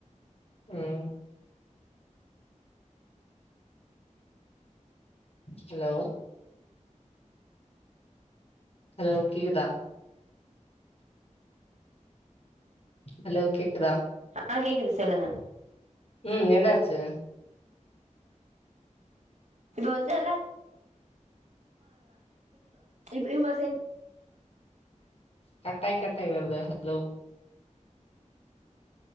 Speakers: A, on the left; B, on the right.
A: ம் ஹலோ ஹலோ கேக்குதா ஹலோ கேக்குதா
B: ஆஹ் கேக்குது சொல்லுங்க
A: உம் என்னாச்சு
B: இது வந்தல்ல <inaudible>
A: கட்டாய் கட்டாய் வருது ஹலோ